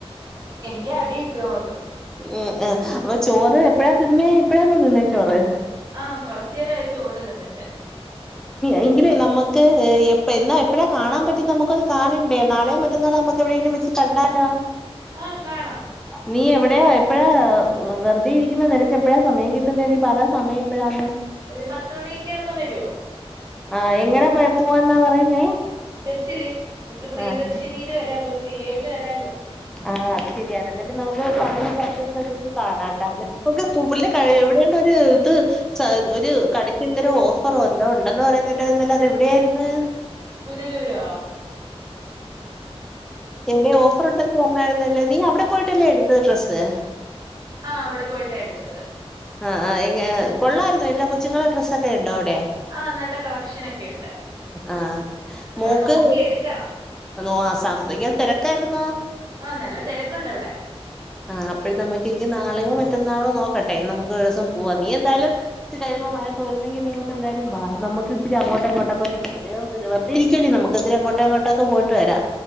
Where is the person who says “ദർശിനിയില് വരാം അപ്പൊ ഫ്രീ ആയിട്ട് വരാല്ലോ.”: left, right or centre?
Right